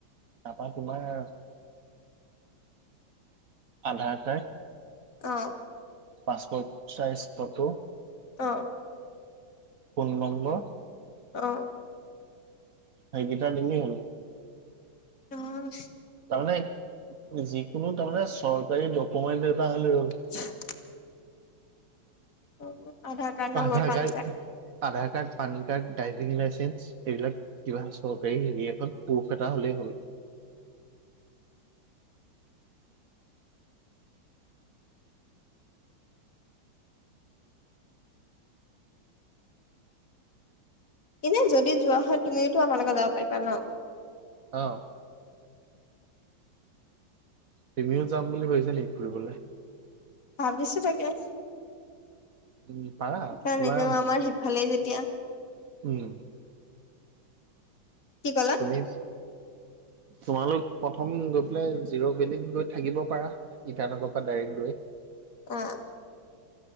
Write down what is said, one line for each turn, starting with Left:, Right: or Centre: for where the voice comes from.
Right: তাৰাপা তোমাৰ আধাৰ কাৰ্ড
Left: অ
Right: পাছপৰ্ট চাইজ ফটো
Left: অ
Right: ফোন নম্বৰ
Left: অ
Right: সেইকেইটা দিলেই হ'ল।
Left: অ
Right: তাৰমানে যিকোনো তাৰমানে চৰকাৰী ডকুমেণ্ট এটা হলে হ'ল।
Left: <unintelligible> অ আধাৰ কাৰ্ড নহ'বা
Right: Aadhaar
Left: PAN
Right: card Aadhaar card, PAN card, driving licence এইবিলাক কিবা চৰকাৰী হেৰি এখন প্ৰুভ এটা হ'লেই হ'ল
Left: এনে যদি যোৱা হয় তুমিও টো আমাৰ লগত যাব পাৰিবা ন'
Right: অ তুমিও যাম বুলি ভাবিছা নেকি ফুৰিবলৈ।
Left: ভাবিছো তাকে স
Right: উম পাৰা
Left: কাৰণ
Right: তোমাৰ
Left: এনেও আমাৰ। ভালেই যেতিয়া।
Right: উম
Left: কি ক'লে।
Right: তুমি তোমালোক প্ৰথম গৈ পেলাই জিৰ' ভেলিত গৈ থাকিব পাৰা। ইটানগৰ পৰা ডাইৰেক্ট গৈ।
Left: অঁ